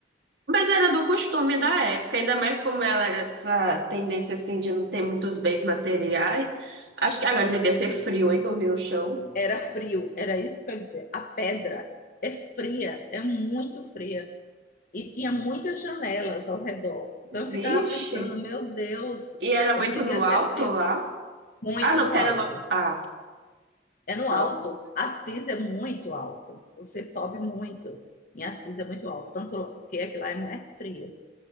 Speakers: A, on the right; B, on the left.
A: Mas era do costume da época, ainda mais como ela era dessa tendência assim de não ter muitos bens materiais. Acho que agora devia ser frio, hein? Dormir no chão.
B: Era frio, era isso que eu ia dizer. A pedra é fria, é muito fria. E tinha muitas janelas ao redor. Então eu ficava
A: Vixe.
B: pensando, meu Deus,
A: E era
B: como
A: muito
B: devia
A: no
B: ser
A: alto
B: frio.
A: lá.
B: Muito
A: Ah, não,
B: no
A: porque
B: alto.
A: era no... Ah,
B: É no
A: nossa.
B: alto. Assis é muito alto. Você sobe muito. Em Assis é muito alto. Tanto que é que lá é mais frio.